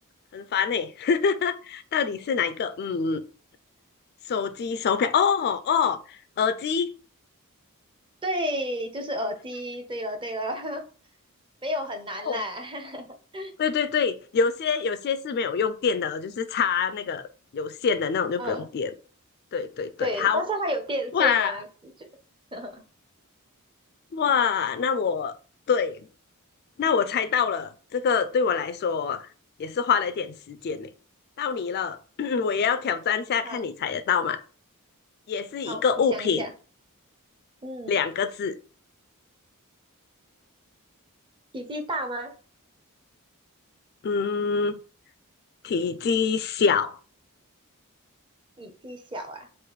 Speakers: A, on the left; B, on the right.
A: 很烦呢、<laughs> 到底是哪一个？嗯嗯，手机、手表，哦哦，耳机。
B: 对，就是耳机，对了对了，<laughs> 没有很难啦，
A: 哦
B: <laughs>
A: 对对对，有些有些是没有用电的哦，就是插那个有线的那种就不用电。
B: 嗯，
A: 对对对，
B: 对，
A: 好
B: 但是它有电线嘛，
A: 哇
B: 就 <laughs>
A: 哇，那我对，那我猜到了，这个对我来说也是花了一点时间呢。到你了，<clears throat> 我也要挑战一下，看你猜得到吗？
B: 好。
A: 也是一个物品，
B: 好，你想一下，嗯，
A: 两个字，
B: 体积大吗？
A: 嗯，体积小，
B: 体积小啊？